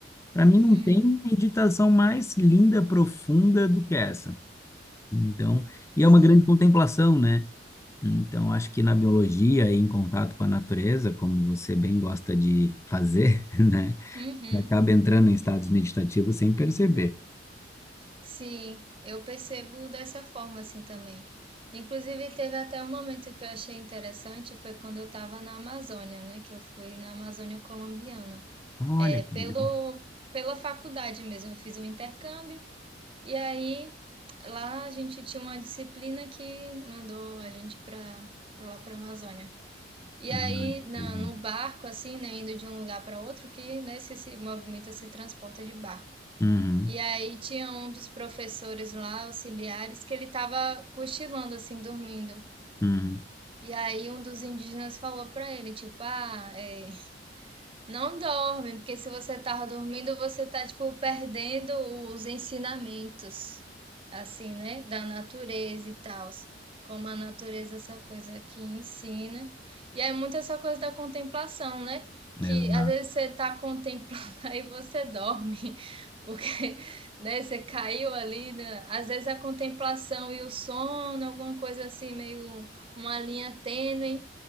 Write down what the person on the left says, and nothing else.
Para mim
não tem meditação mais linda, profunda do que essa. Então, e
é uma grande contemplação, né? Então, acho que na biologia e em contato com a natureza, como você bem gosta de fazer, <laughs> né?
Acaba entrando em estados meditativos sem perceber.
Olha
que
legal.
Uhum,
legal.
Uhum,
uhum.
Olha,